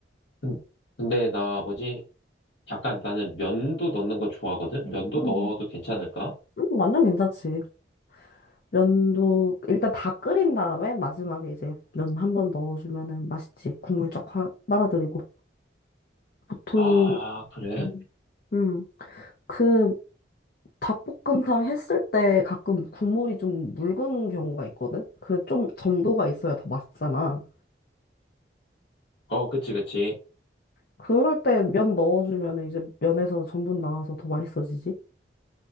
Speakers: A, on the left (about 80°); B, on the left (about 55°).
A: 근- 근데 나 뭐지? 약간 나는 면도 넣는 거 좋아하거든? 면도
B: 음.
A: 넣어도 괜찮을까?
B: 음, 완전 괜찮지. 면도, 일단 다 끓인 다음에 마지막에 이제 면 한 번 넣어주면은 맛있지. 국물 쫙 화- 빨아들이고. 보통,
A: 아, 그래?
B: 음. 음, 그 닭볶음탕 했을 때 가끔 국물이 좀 묽은 경우가 있거든? 그래, 좀 점도가 있어야 더 맛있잖아.
A: 어, 그치, 그치.
B: 그럴 때 면 넣어주면 이제 면에서 전분 나와서 더 맛있어지지?